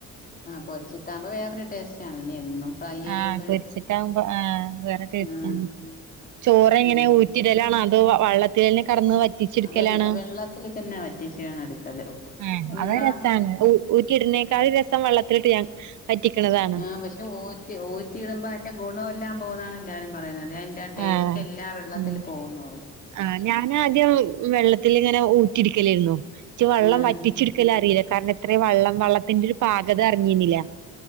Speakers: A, on the left; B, on the right.
A: ആഹ് പൊരിച്ചിട്ടാവുമ്പോ വേറൊരു ടേസ്റ്റാണ്. പിന്നെ എന്നും ഫ്രൈ ചെയ്യുമ്പഴും
B: ആഹ് പൊരിച്ചിട്ടാകുമ്പോ ആഹ് വേറെ ടേസ്റ്റാണ്
A: ആഹ്
B: ചോറെങ്ങനെ
A: ആഹ്
B: ഉ ഇടലാണോ അതോ വള്ള <unintelligible> കടന്ന് വറ്റിച്ച്ട്ക്കലാണോ
A: വെള്ള വെള്ളത്തില് തന്നെ വറ്റിച്ചാണ് എടുക്കല്
B: ആഹ് അത്
A: നിങ്ങളാ
B: രസാണ്. ഊറ്റി ഇട്ന്നേക്കാൾ രസം വള്ളത്തില്ട്ട് ഞാൻ വറ്റിക്ക്ന്നതാണ്
A: ആഹ് പക്ഷെ ഊറ്റി ഊറ്റി ഇട്മ്പോ അതിന്റെ ഗുണോവെല്ലാം പോകുന്നാണ് എല്ലാരും പറയുന്നത് ടേസ്റ്റെല്ലാം
B: ആഹ്
A: വെള്ളത്തിൽ
B: ഉം
A: പോകുന്നുപറഞ്ഞു
B: ആഹ് ഞാനാദ്യം വെള്ളത്തില് ങ്ങനെ ഊറ്റി ഇട്ക്കലേര്ന്നു. ച്ച് വള്ളം
A: ആഹ്
B: വറ്റിച്ച്ട്ക്കലറീല. കാരണം എത്രേ വള്ളം വള്ളത്തിന്റെ ഒര് പാകത അറിഞ്ഞിര്നില.